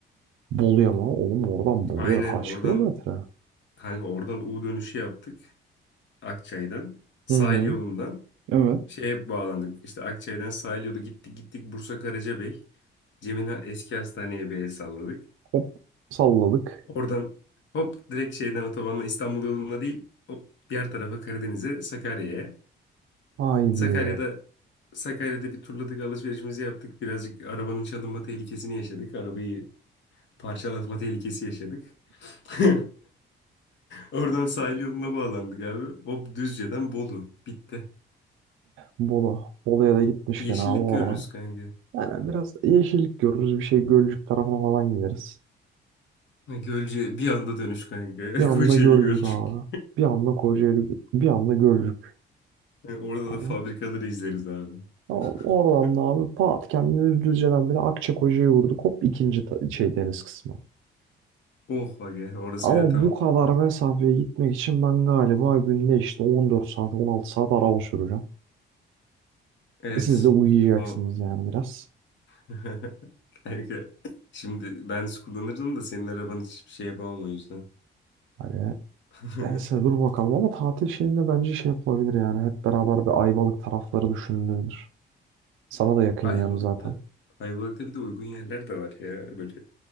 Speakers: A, on the right (about 85°); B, on the left (about 65°).
A: Bolu'ya mı? Oğlum oradan Bolu'ya
B: Aynen
A: kaç
B: oradan
A: kilometre?
B: kanka oradan U dönüşü yaptık. Akçay'dan. Sahil
A: Hı hı.
B: yolundan
A: Evet.
B: şeye bağlandık. İşte Akçay'dan sahil yolu gittik gittik Bursa Karacabey. Cem'in ha- eski hastaneye bir el salladık.
A: Hop salladık.
B: Oradan hop direkt şeyden otobanla İstanbul yoluna değil hop diğer tarafa Karadeniz'e Sakarya'ya.
A: Haydi.
B: Sakarya'da Sakarya'da bir turladık alışverişimizi yaptık. Birazcık arabanın çalınma tehlikesini yaşadık. Arabayı parçalatma tehlikesi yaşadık. <laughs> Oradan sahil yoluna bağlandık abi. Hop Düzce'den Bolu. Bitti.
A: Bolu. Bolu'ya da gitmişken
B: Yeşillik
A: abi oradan.
B: görürüz kanka.
A: Yani biraz yeşillik görürüz. Bir şey Gölcük tarafına falan gideriz.
B: Ha, Gölcük bir anda dönüş kanka.
A: Bir anda
B: <laughs> Kocaeli
A: Gölcük
B: Gölcük.
A: abi. Bir anda Kocaeli. Bir anda Gölcük.
B: Ha, Orada da
A: Yani
B: fabrikaları izleriz abi.
A: Tamam, oradan
B: <laughs>
A: da abi pat kendini düzceden bile Akçakoca'ya vurduk. Hop ikinci ta- şey deniz kısmı.
B: Oh aga orası
A: Ama
B: bir de tam
A: bu kadar mesafeye gitmek için ben galiba günde işte 14 saat 16 saat araba süreceğim.
B: Evet.
A: Siz de uyuyacaksınız
B: O.
A: yani biraz.
B: <laughs> Kanka. Şimdi ben kullanırdım da senin araban hiçbir şey yapamam o yüzden.
A: Hani
B: <laughs>
A: neyse dur bakalım ama tatil şeyinde bence şey yapılabilir yani. Hep beraber bir Ayvalık tarafları düşünülebilir. Sana da yakın
B: Ayvalık'ta.
A: yani zaten.
B: Ayvalık'ta bir de uygun yerler de var ya. Böyle